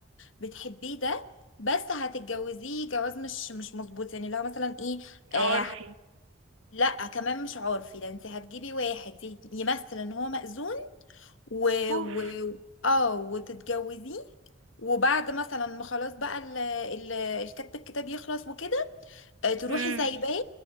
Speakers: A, on the left; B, on the right.
A: بتحبيه ده بس هتتجوزيه جواز مش مش مظبوط يعني لو مثلا ايه آه
B: عرفي
A: ه- لا كمان مش عارفي ده انت هتجيبي واحد ي- يمثل ان هو مأذون و,
B: اوف
A: و اه وتتجوزيه وبعد مثلا ما خلاص بقى ال ال الكتب الكتاب يخلص وكده آه، تروحي
B: امم
A: سايباه